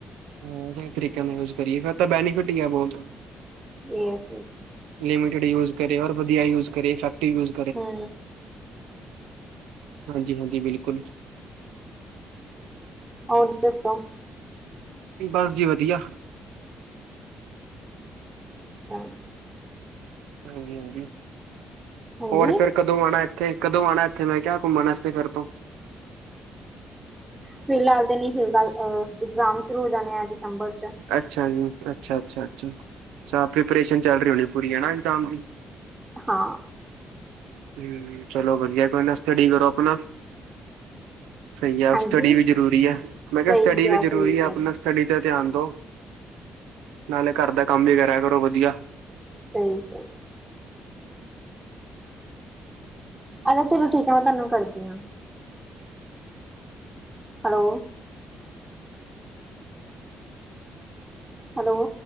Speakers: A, on the right (about 80°); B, on the right (about 15°).
A: ਹਾਂ। ਸਹੀ ਤਰੀਕੇਿਆਂ ਨਾਲ ਯੂਜ ਕਰੀਏ ਫਿਰ ਤਾਂ ਬੈਨੀਫਿਟ ਹੀ ਆ ਬਹੁਤ।
B: ਯਸ ਯਸ
A: ਲਿਮਿਡ ਯੂਜ ਕਰੇ ਔਰ ਵਧੀ ਯੂ ਕਰ ਇਫੈਕਟਵ ਯੂਜ਼।
B: ਹੂ
A: ਹਾਂਜੀ- ਹਾਂਜੀ, ਬਿਲਕੁਲ।
B: ਹੋਰ ਦੱਸੋ?
A: ਬਸ ਜੀ ਵਧੀਆ।
B: ਅੱਛਾ।
A: ਹਾਂਜੀ- ਹਾਂਜੀ,
B: ਹਾਂਜੀ
A: ਹੋਰ ਫਿਰ ਕਦੋਂ ਆਉਣਾ ਇੱਥੇ ਕਦੋਂ, ਆਉਣਾ ਇੱਥੇ ਮੈਂ ਕਿਹਾ ਘੁੰਮਣ ਵਾਸਤੇ ਫਿਰਰ ਤੋਂ।
B: ਫਿਲਹਾਲ ਤੇ ਨਹੀਂ, ਫਿਲਹਾਲ ਇਗਜ਼ਾਮ ਸ਼ੁਰੂ ਹੋ ਜਾਣੇ ਆ ਦਸੰਬਰ ਚ'।
A: ਅੱਛਾ ਜੀ, ਅੱਛਾ- ਅੱਛਾ- ਅੱਛਾ। ਅੱਛਾ ਪ੍ਰੀਪਰੇਸ਼ਨ ਚੱਲ ਰਹੀ ਹੋਣੀ ਪੂਰੀ ਹੈ ਨਾ ਇਗਜ਼ਾਮ ਦੀ।
B: ਹਾਂ।
A: ਹੂ, ਚਲੋ ਵਧੀਆ, ਕੋਈ ਨਾ ਸਟਡੀ ਕਰੋ ਆਪਣਾ। ਸਹੀ ਆ
B: ਹਾਂਜੀ
A: ਸਟੱਡੀ ਵੀ ਜ਼ਰੂਰੀ ਆ, ਮੈਂ
B: ਸਹੀ
A: ਕਿਹਾ, ਸਟੱਡੀ ਵੀ ਜ਼ਰੂਰੀ
B: ਸਹੀ
A: ਆ,
B: ਕਿਹਾ,
A: ਆਪਣਾ ਸਟੱਡੀ ਤੇ ਧਿਆਨ ਦਓ। ਨਾਲੇ ਘਰ ਦਾ ਕੰਮ ਵੀ ਕਰੈਰਾ ਕਰੋ ਵਧੀਆ।
B: ਸਹੀ -ਸਹੀ। ਅ ਚਲੋ ਠੀਕ ਹੈ ਮੈਂ ਤੁਹਾਨੂੰ ਕਰਦੀ ਹਾਂ। Hello, hello,